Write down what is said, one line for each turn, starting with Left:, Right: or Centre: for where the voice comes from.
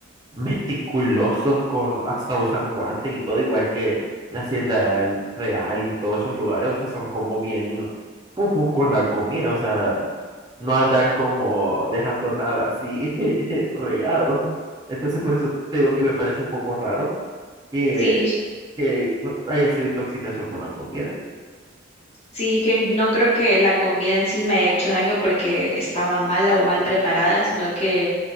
Right: meticulosos, con, hasta usan guantes y todo, igual que la Hacienda Real y todos esos lugares, o sea, son como bien pufus con la comida, o sea, no andan como dejando nada así <laughs> regado. Entonces, por eso te digo que me parece un poco raro que,
Left: sí,
Right: que haya sido intoxicación por la comida.
Left: sí, es que no creo que la comida en sí me haya hecho daño porque estaba mala o mal preparada, sino que